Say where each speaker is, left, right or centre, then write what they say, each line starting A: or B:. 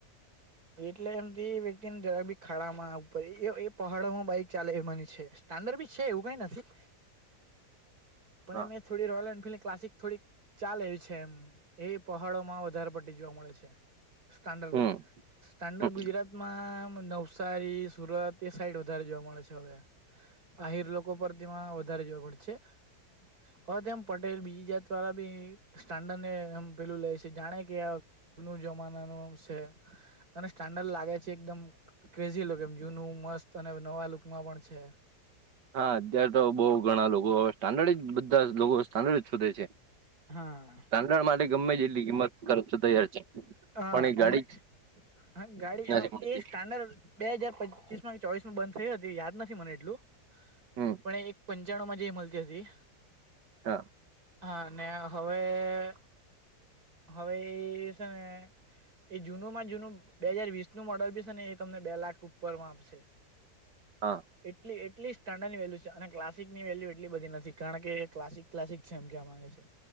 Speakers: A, on the right (about 60°); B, on the right (about 85°).
A: એટલે એમથી વ્યક્તિને જરા બી ખાડા માં આવ પડે એ પહાડો માં બાઈક ચાલે એમા ની છે. સ્ટાન્ડર્ડ બી છે એવું કંઈ નથી. પણ
B: હા
A: એ મે થોડી રોયલ એનફિલ્ડ ક્લાસિક થોડીક ચાલે એવી છે એમ એ પહાડો માં વધારે પડટી જોવા મળે છે સ્ટાન્ડડ
B: હમ
A: કરતા સ્ટાન્ડર્ડ
B: હમ
A: ગુજરાતમાં મ નવસારી સુરત એ સાઈડ વધારે જોવા મળે છે હવે આહિર લોકો લોકો પર તેમાં વધારે જોવા પડશે હવે તેમ પટેલ બીજી જાત દ્વારા બી સ્ટાન્ડર્ડ ને એમ પેલું લે છે જાણે કે શુ જમાનાનું આમ છે અને સ્ટાન્ડર્ડ લાગે છે એકદમ ક્રેઝી લુક એમ જૂનું મસ્ત અને નવા લુકમાં પણ છે
B: હા અત્યારે તો બહુ ઘણા લોકો હવે સ્ટાન્ડર્ડ બધા લોકો સ્ટાર્ડજ શોધે છે.
A: હા.
B: સ્ટાન્ડર્ડ માટે ગમે એટલી કિંમત ખર્ચ તૈયાર છે.
A: હા
B: પણ એ ગાડી
A: હમણા
B: જ
A: ગાડી આ
B: નથી મળતી
A: એ સ્ટાન્ડર્ડ બે હાજાર પચીસ માં ચોવીસમાં બંધ થયું હતું યાદ નથી મને એટલું
B: હમ
A: પણ એક પંચાણુમાં જે એ મળતી હતી
B: હા.
A: હા ને હવે હવે ઈ છે ને એ જૂનું માં જૂનું બે હજાર વીસ નું મોડલ ભી છે ને એ તમને બે લાખ ઉપરમાં આપશે.
B: હા.
A: એટલી એટલી સ્ટાન્ડર્ડની વેલ્યુ છે અને ક્લાસિકની વેલ્યુ એટલી બધી નથી કારણ કે ક્લાસિક ક્લાસિક છે એમ કેવા માંગે છે.